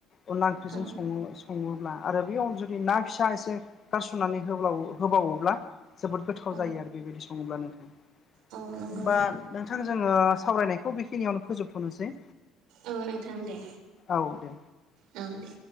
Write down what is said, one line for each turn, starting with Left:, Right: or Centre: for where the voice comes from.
Left: अनला ओंख्रिजों
Right: औ
Left: संङो संङोब्ला आरो बे अन जुदि ना फिसा एसे गारसननानै होबाव होबावोब्ला जोबोद गोथाव
Right: औ
Left: जायो आरो बेबायदि संङोब्लानो होमबा
Right: औ नंगौ
Left: नोंथां जोंङो सावरायनायखौ बेखिनियावनो फोजोबथ'नोसै
Right: औ नोंथां दे
Left: औ दे
Right: औ दे